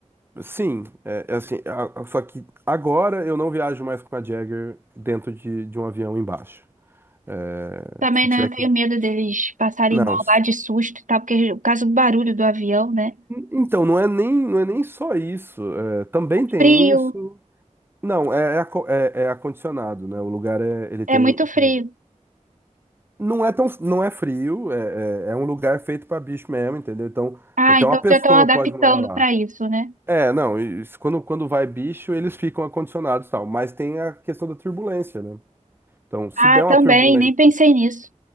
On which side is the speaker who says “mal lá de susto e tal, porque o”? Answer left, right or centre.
Right